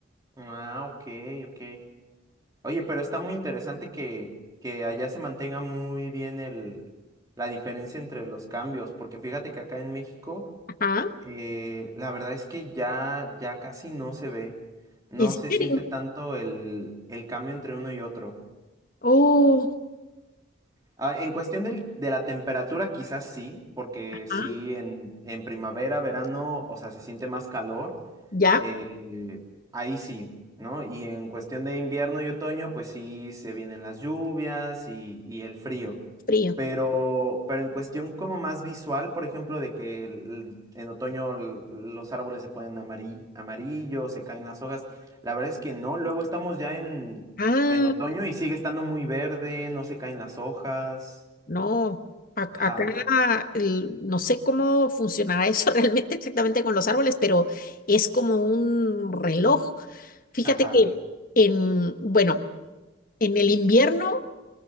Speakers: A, on the right (about 20°); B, on the left (about 45°).
A: Ah, ok, ok. Oye, pero está muy interesante que, que allá se mantenga muy bien el, la diferencia entre los cambios, porque fíjate que acá en México,
B: Ajá.
A: eh, la verdad es que ya, ya casi no se ve, no
B: ¿En serio?
A: se siente tanto el, el cambio entre uno y otro.
B: Oh,
A: Ah, en cuestión del- de la temperatura, quizás sí, porque
B: ajá,
A: sí, en, en primavera, verano, o sea, se siente más calor.
B: ya,
A: Eh, ahí sí, ¿no? Y en cuestión de invierno y otoño, pues sí se vienen las lluvias y, y el frío.
B: frío.
A: Pero, pero en cuestión como más visual, por ejemplo, de que el- en otoño l- los árboles se ponen amari- amarillos, amarillo, se caen las hojas, la verdad es que no. Luego estamos ya en,
B: Ah,
A: en otoño y sigue estando muy verde, no se caen las hojas.
B: no. ac-
A: Ajá,
B: Acá el- no sé cómo funcionará eso <laughs> realmente exactamente con los árboles, pero es como un reloj. Fíjate
A: ajá,
B: que en, bueno, en el invierno.